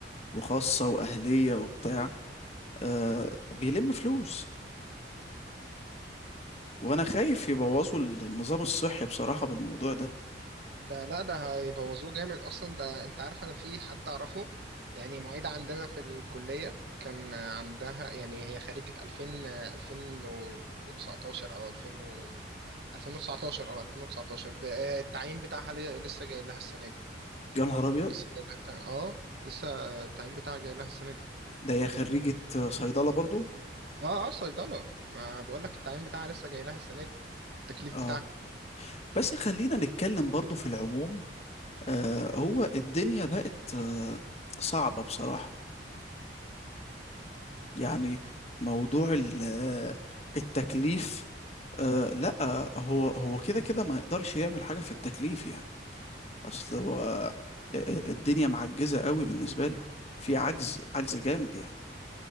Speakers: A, on the left (about 35°); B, on the right (about 55°).
A: وخاصة وأهلية وبتاع آه بيلم فلوس وأنا خايف يبوظوا النظام الصحي بصراحة بالموضوع ده
B: ده لا ده هيبوظوه جامد اصلا ده انت عارف انا في حد اعرفه يعني معيدة عندنا في الكلية كان عندها يعني هي خريجة 2000 2019 او 2000 و 2019 او 2019 ب- آه، التعيين بتاعها ل- لسه جاي لها السنة دي
A: يا نهار أبيض
B: لسه جاي لها اه لسه التعيين بتاعها جاي لها السنة دي
A: ده هي خريجة صيدلة برضو
B: اه اه صيدلة ما بقول لك التعيين بتاعها لسه جاي لها السنة دي التكليف
A: اه
B: بتاعها
A: بس خلينا نتكلم برضو في العموم آه هو الدنيا بقت آه صعبة بصراحة يعني موضوع ال- آه، التكليف أه لا هو هو كده كده ما يقدرش يعمل حاجة في التكليف يعني اصل هو آه، آه، الدنيا معجزة قوي بالنسبة له في عجز عجز جامد يعني